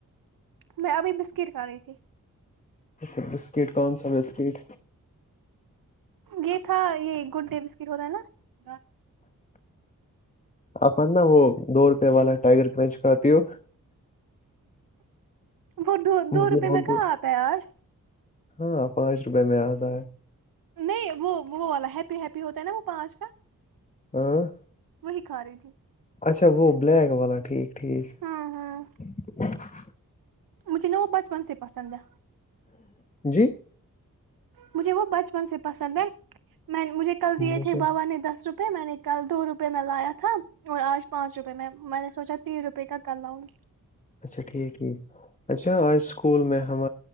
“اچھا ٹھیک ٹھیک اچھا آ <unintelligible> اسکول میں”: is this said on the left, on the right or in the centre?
Left